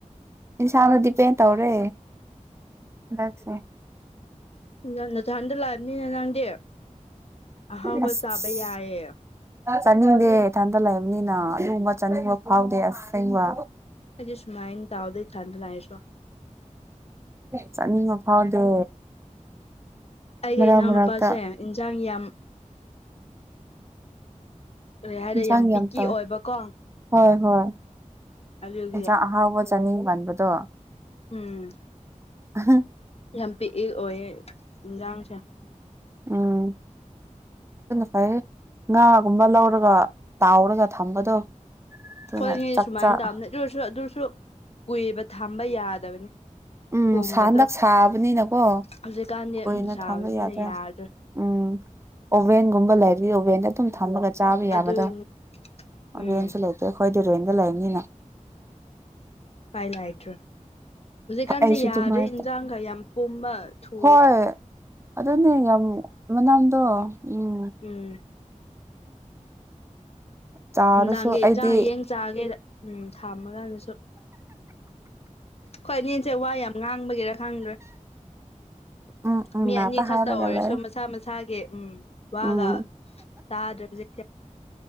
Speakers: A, on the right (about 20°); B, on the left (about 50°).
A: ꯏꯟꯁꯥꯡꯗꯗꯤꯄꯦꯟ ꯇꯧꯔꯦ ꯍꯟꯗꯁ
B: ꯌꯥꯝ ꯅ ꯊꯥꯟꯗ ꯂꯥꯛꯑꯕꯅꯤꯅ ꯅꯪꯗꯤ ꯍ
A: ꯑꯁ
B: ꯁ ꯑꯕ ꯌꯥꯑ
A: ꯆꯥꯅꯤꯡꯗꯦ ꯏꯊꯟꯇ ꯂꯩꯕꯅꯤꯅ ꯑꯂꯨ ꯑꯃ ꯆꯥꯅꯤꯡꯕ ꯐꯥꯎꯗꯦ ꯑꯁꯦꯡꯕ
B: ꯑꯩꯖ ꯁꯃꯥꯏꯟ ꯇꯥꯎꯗꯩ ꯆꯥꯟꯗ ꯂꯌꯦꯁꯣ
A: ꯆꯥꯅꯤꯡꯕ ꯐꯥꯎꯗꯦ
B: ꯑꯩꯒꯤ
A: ꯃꯔꯛ
B: ꯏꯅꯥꯎꯅꯨꯄꯥꯁꯦ
A: ꯃꯔꯛꯇ
B: ꯏꯟꯁꯥꯡ ꯌꯥꯝ ꯀꯔꯤ ꯍꯥꯏꯔꯦ
A: ꯆꯥꯡ ꯌꯥꯝ
B: ꯄꯤꯛꯀꯤ
A: ꯇꯥꯎ
B: ꯑꯣꯏꯕꯀꯣ
A: ꯍꯣꯏ ꯍꯣꯏ
B: ꯑꯗꯨꯒꯤ
A: ꯏꯁꯥꯛ ꯑꯍꯥꯎꯕ ꯆꯥꯅꯤꯡ ꯄꯥꯟꯕꯗꯣ
B: ꯎꯝ
A: ꯎꯝ
B: ꯌꯥꯝ ꯄꯤꯛꯏ ꯑꯣꯏꯌꯦ ꯏꯟꯖꯥꯡꯁꯦ
A: ꯎꯝ ꯐꯥꯏ ꯉꯥꯒꯨꯝꯕ ꯂꯧꯔꯒ ꯇꯥꯎꯔꯒ ꯊꯝꯕꯗꯣ ꯑꯗꯨꯅ
B: ꯍꯣꯏꯅꯤ
A: ꯆꯥꯛ
B: ꯁꯨꯃꯥꯏꯅ
A: ꯆꯥꯛ
B: ꯇꯧꯕꯅꯤ ꯑꯗꯨ ꯑꯣꯏꯔꯁꯨ ꯑꯗꯨꯁꯨ ꯀꯨꯏꯕ ꯊꯝꯕ ꯌꯥꯗꯕꯅꯤ
A: ꯎꯝ
B: ꯄꯨꯝꯕꯗꯣ
A: ꯍꯟꯗꯛ ꯁꯥꯕꯅꯤꯅꯀꯣ
B: ꯍꯧꯖꯤꯛꯀꯥꯟꯗꯤ
A: ꯀꯨꯏꯅ
B: ꯎꯝ ꯁꯥꯕꯅꯤꯅ
A: ꯊꯝꯕ ꯌꯥꯗꯦ
B: ꯌꯥꯗ꯭ꯔꯦ
A: ꯎꯝ ꯑꯣꯚꯦꯟꯒꯨꯝꯕ ꯂꯩꯔꯤ ꯑꯣꯚꯦꯟꯗ ꯑꯗꯨꯝ ꯊꯝꯃꯒ ꯆꯥꯕ ꯌꯥꯕꯗꯣ
B: ꯑꯗꯨꯒꯤꯅꯤ
A: ꯔꯕꯦꯟꯁꯨ
B: ꯎꯝ
A: ꯂꯩꯇꯦ ꯑꯩꯈꯣꯏꯗꯤ ꯔꯦꯟꯗ ꯂꯩꯕꯅꯤꯅ
B: ꯄꯥꯏ ꯂꯑꯩꯇ꯭ꯔ ꯏꯀꯥꯟꯁꯦ
A: ꯑꯩꯁꯨ
B: ꯌꯥꯔꯦ
A: ꯑꯗꯨꯃꯥꯏꯅ
B: ꯏꯟꯖꯥꯡꯒ ꯌꯥꯝ ꯄꯣꯝꯃ ꯊꯨ
A: ꯍꯣꯏ ꯑꯗꯨꯅꯦ ꯌꯥꯝ ꯃꯅꯥꯗꯣ ꯎꯝ
B: ꯎꯝ
A: ꯆꯥꯔꯁꯨ
B: ꯅꯪꯒꯦ
A: ꯑꯩꯗꯤ
B: ꯖꯌꯦꯡ ꯆꯥꯒꯦꯗ ꯎꯝ ꯊꯥꯃ ꯀꯥꯟꯗꯁꯨ ꯍꯣꯏ ꯅꯟꯁꯦ ꯋꯥ ꯌꯥꯝ ꯉꯥꯡꯕꯒꯤꯔ ꯈꯪꯗ꯭ꯔꯦ
A: ꯎꯝ ꯎꯝ
B: ꯃꯤ
A: ꯉꯥꯛꯇ
B: ꯑꯅꯤ ꯈꯛꯇ
A: ꯍꯥꯏꯔꯒ
B: ꯑꯣꯏꯔꯁꯨ
A: ꯂꯩ
B: ꯃꯁꯥ ꯃꯁꯥꯒꯤ ꯎꯝ ꯋꯥꯒ
A: ꯎꯝ
B: ꯇꯥꯗ꯭ꯔꯕꯗꯤ ꯎ <inaudible>